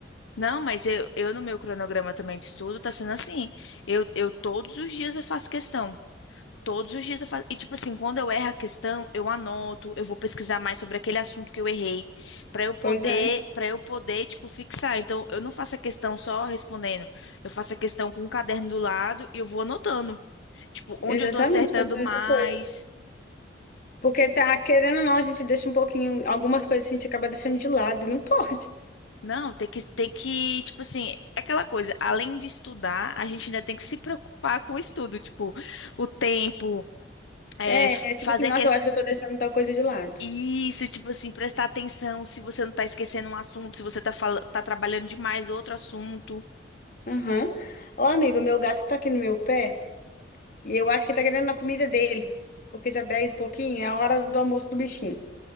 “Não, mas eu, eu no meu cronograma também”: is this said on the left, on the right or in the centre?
Left